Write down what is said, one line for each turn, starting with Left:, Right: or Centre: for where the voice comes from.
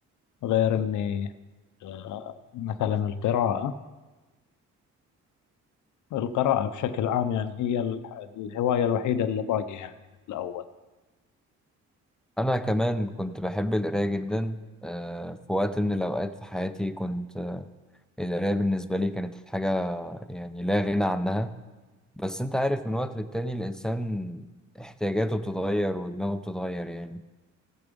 Left: غير إني أه، مثلا القراءة القراءة بشكل عام يعني هي ال- الهواية الوحيدة اللي باقي يعني من الأول
Centre: أنا كمان كنت بحب القراية جدا آه، في وقت من الأوقات في حياتي كنت آه، القراية بالنسبة لي كانت حاجة يعني لا غنى عنها بس انت عارف من وقت للتاني الانسان احتياجاته بتتغير ودماغه بتتغير يعني